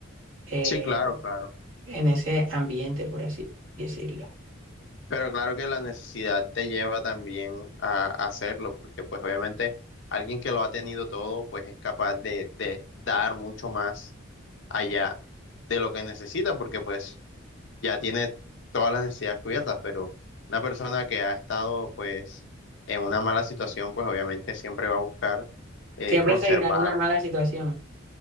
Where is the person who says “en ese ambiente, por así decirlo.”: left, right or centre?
Right